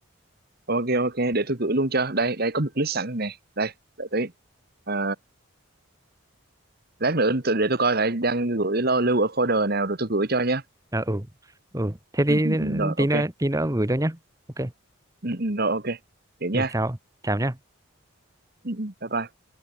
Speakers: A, on the right; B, on the right.
A: Ok ok, để tôi gửi luôn cho. Đây, đây có một list sẵn nè. Đây, đợi tí. Ờ, lát nữa tôi- để tôi coi lại đang gửi lo lưu ở folder nào rồi tôi gửi cho nhé
B: à, ừ ừ thế
A: ừ,
B: thì
A: ừ, ừ, rồi
B: tí
A: ok
B: nữa tí nữa gửi tôi nhé ok
A: ừ, ừ, rồi ok vậy
B: Rồi,
A: nha
B: chào chào nhé
A: Ừ, ừ. bye bye